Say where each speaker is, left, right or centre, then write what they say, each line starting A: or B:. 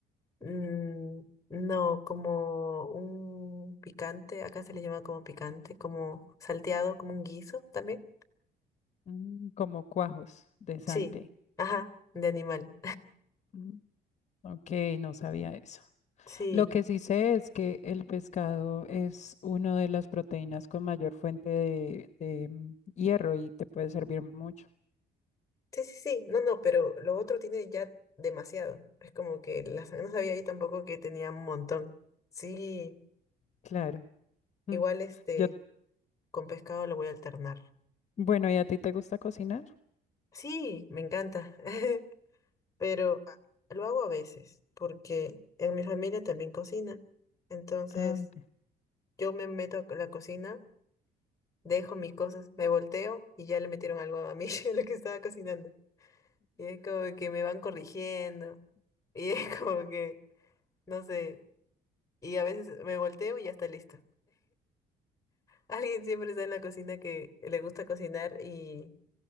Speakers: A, on the left; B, on the left.
A: Mm, no, como un picante, acá se le llama como picante, como salteado, como un guiso también.
B: Mm, como cuajos de sangre.
A: Sí, ajá, de animal.
B: Mm, Ok, no sabía eso.
A: Sí,
B: Lo que sí sé es que el pescado es una de las proteínas con mayor fuente de, de, mm, hierro y te puede servir mucho.
A: sí, sí, sí, no, no, pero lo otro tiene ya demasiado. Es como que la sangre no sabía yo tampoco que tenía un montón. Sí,
B: Claro. Mm.
A: igual este,
B: Yo,
A: con pescado lo voy a alternar.
B: bueno, ¿y a ti te gusta cocinar?
A: Sí, me encanta, <laughs> pero a- lo hago a veces, porque en mi familia también cocina. Entonces,
B: Ah, ok.
A: yo me meto a la cocina, dejo mis cosas, me volteo y ya le metieron algo a mí, <laughs> a lo que estaba cocinando. Y es como que me van corrigiendo. Y es como que, no sé. Y a veces me volteo y ya está listo. Alguien siempre está en la cocina que le gusta cocinar y,